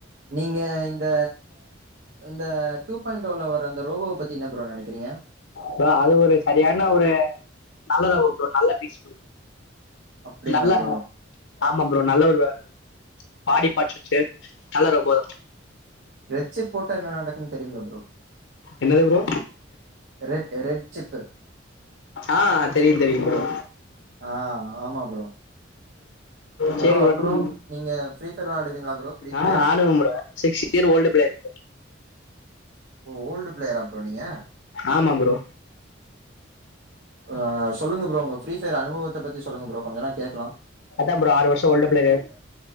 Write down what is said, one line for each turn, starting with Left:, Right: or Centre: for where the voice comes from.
Right: நீங்க இந்த இந்த டூ பாயிண்ட் ஒன்ல வர அந்த ரோபோவ பத்தி என்ன ப்ரோ நெனைக்கறீங்க
Left: ப்ரோ அது ஒரு சரியான ஒரு நல்ல லவ் ப்ரோ நல்ல பீஸ் ப்ரோ
Right: அப்டிங்களா
Left: நல்ல
Right: ப்ரோ?
Left: ஆமா ப்ரோ நல்ல ஒரு பாடி பார்ட் வச்சி நல்ல ரோபோ
Right: ரெட் சிப் போட்ட என்ன நடக்கும்னு தெரியுங்களா ப்ரோ
Left: என்னது ப்ரோ
Right: ரெட் ரெட் சிப்
Left: ஆ தெரியு தெரியு ப்ரோ
Right: ஆ ஆமா ப்ரோ
Left: செரி
Right: ப்ரோ
Left: ஒரு
Right: அப்புறம்
Left: நிம்
Right: நீங்க ஃப்ரீ ஃபயர் வெளாடுவீங்களா ப்ரோ? ஃப்ரீ ஃபயர்.
Left: ஆ ஆடுவா bro six year old player bro
Right: ஓ ஓல்டு பிளேயரா ப்ரோ நீங்க
Left: ஆமா ப்ரோ
Right: ஆ சொல்லுங்க ப்ரோ உங்க ஃப்ரீஃபயர் அனுபவத்த பத்தி சொல்லுங்க ப்ரோ கொஞ்ச நேர கேட்கலா
Left: அதா தா பரோ ஆறு வருஷ ஓல்டு பிளேயர்